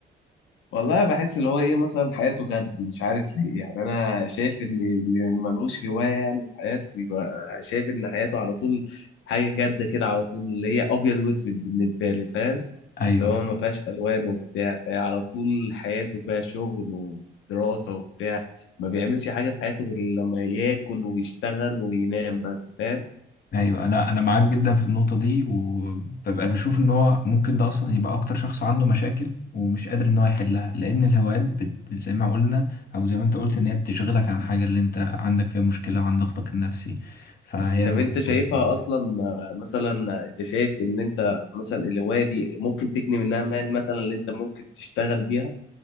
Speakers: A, on the left; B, on the left.
A: والله بحس اللي هو ايه مثلا حياته جد مش عارف ليه يعني انا شايف ان اللي ملوش هوايه يعني في حياته بيبقى شايف ان حياته على طول حاجه جد كده على طول اللي هي ابيض واسود بالنسبه لي فاهم
B: ايوه
A: اللي هو ما فيهاش الوان وبتاع آه، على طول حياته فيها شغل ودراسه وبتاع ما بيعملش حاجه في حياته غير لما ياكل ويشتغل وينام بس فاهم
B: ايوه انا انا معاك جدا في النقطه دي وببقى بشوف ان هو ممكن ده اصلا يبقى اكتر شخص عنده مشاكل ومش قادر ان هو يحلها لان الهوايات بت... زي ما قلنا او زي ما انت قلت ان هي بتشغلك عن الحاجه اللي انت عندك فيها مشكله وعن ضغطك النفسي فهي
A: طب
B: نقطة
A: انت شايفها
B: كويسة جداً.
A: اصلا آه، مثلا آه، انت شايف ان انت مثلا الهوايه دي ممكن تجني منها مال مثلا اللي انت ممكن تشتغل بيها